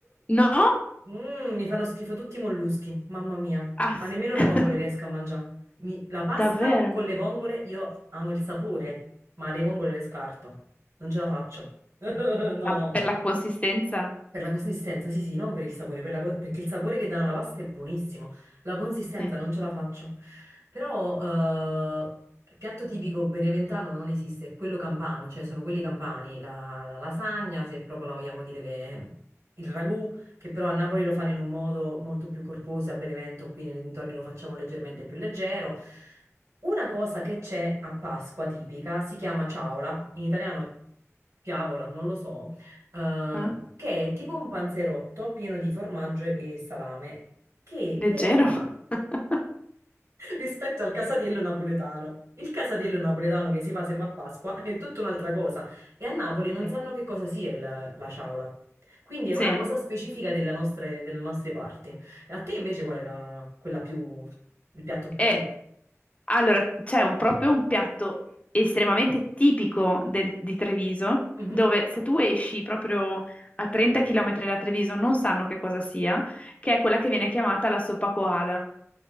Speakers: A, on the left; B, on the right.
A: No?
B: Mm, mi fanno schifo tutti i molluschi, mamma mia.
A: Ah,
B: Ma
A: sì.
B: nemmeno le
A: <laughs>
B: vongole riesco a mangiare. Mi- La pasta
A: Davvero?
B: con le vongole, io amo il sapore, ma le vongole le scarto. Non ce la faccio. <laughs> No,
A: Ma
B: no.
A: per la consistenza?
B: Per la consistenza, sì, sì, non per il sapore, per la co- perché il sapore che danno alla pasta è buonissimo, la consistenza
A: Sì.
B: non ce la faccio. Però eh, il piatto tipico beneventano non esiste, è quello campano, cioè sono quelli campani, la, la lasagna, se proprio la vogliamo dire che è il ragù, che però a Napoli lo fanno in un modo molto più corposo, a Benevento qui nei dintorni lo facciamo leggermente più leggero. Una cosa che c'è a Pasqua tipica si chiama ciaola, in italiano Piavola, non lo so, eh,
A: Eh?
B: che è tipo un panzerotto pieno di formaggio e salame, che
A: Leggero?
B: però
A: <laughs>
B: <laughs> rispetto al casatiello napoletano. Il casatiello napoletano che si fa sempre a Pasqua è tutta un'altra cosa e a Napoli non
A: Sì.
B: sanno che cosa sia il- la ciaula. Quindi è
A: Sì.
B: una cosa specifica della nostre- delle nostre parti. A te invece qual era quella più il piatto
A: E
B: tipo?
A: allora c'è un- proprio un piatto estremamente tipico del- di Treviso,
B: Mhm.
A: dove se tu esci proprio a 30 km da Treviso non sanno che cosa sia, che è quella che viene chiamata la soppa coada.